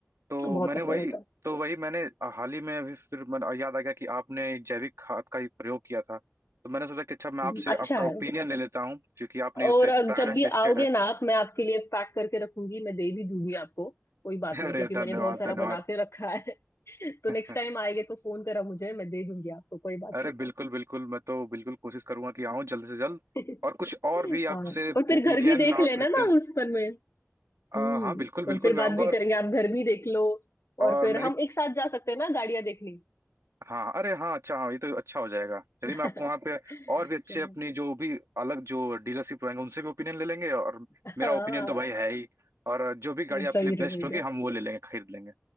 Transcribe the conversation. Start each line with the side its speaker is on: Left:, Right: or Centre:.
Right: तो
Left: बहुत
Right: मैंने
Left: असर
Right: वही
Left: होता है
Right: तो वही मैंने हाल ही में अभी फिर मन- याद आ गया कि आपने जैविक खाद का ही प्रयोग किया था तो मैंने सोचा कि अच्छा मैं
Left: हम्म,
Right: आपसे
Left: अच्छा
Right: आपका
Left: है
Right: ओपिनियन ले लेता हूँ क्योंकि आपने
Left: और
Right: उसे
Left: अब
Right: ट्राइड
Left: जब
Right: एंड
Left: भी
Right: टेस्टेड
Left: आओगे
Right: है
Left: ना आप मैं आपके लिए पैक करके रखूंगी मैं दे भी दूंगी आपको कोई बात
Right: अरे
Left: नहीं क्योंकि
Right: धन्यवाद
Left: मैंने बहुत सारा
Right: धन्यवाद
Left: बना के रखा है <laughs> तो
Right: <laughs>
Left: नेक्स्ट टाइम आएंगे तो फोन करा मुझे मैं दे दूंगी आपको कोई बात
Right: अरे बिल्कुल बिल्कुल मैं तो बिल्कुल कोशिश करूंगा कि आऊं जल्द से जल्द
Left: नहीं <laughs>
Right: और कुछ और भी
Left: हाँ
Right: आपसे
Left: और फिर
Right: ओपिनियन
Left: घर भी देख
Right: और
Left: लेना
Right: प्रेफरेंस
Left: ना उस पर में हम्म
Right: हाँ बिल्कुल बिल्कुल
Left: और फिर
Right: मैं
Left: बात
Right: आऊंगा
Left: भी
Right: और
Left: करेंगे आप घर भी देख लो
Right: और
Left: और फिर
Right: मेरी
Left: हम एक साथ जा सकते हैं ना गाड़ियां देखने
Right: हाँ अरे हाँ अच्छा हाँ ये तो अच्छा हो जाएगा चलिए
Left: <laughs>
Right: मैं आपको वहाँ पे और भी अच्छे
Left: चलो
Right: अपनी जो भी अलग जो डीलरशिप रहेंगे उनसे भी ओपिनियन ले लेंगे और
Left: हाँ
Right: मेरा ओपिनियन तो भाई है ही और जो भी गाड़ी
Left: ये
Right: आपके
Left: सही
Right: लिए बेस्ट
Left: रहेगा
Right: होगी हम वो ले लेंगे खरीद लेंगे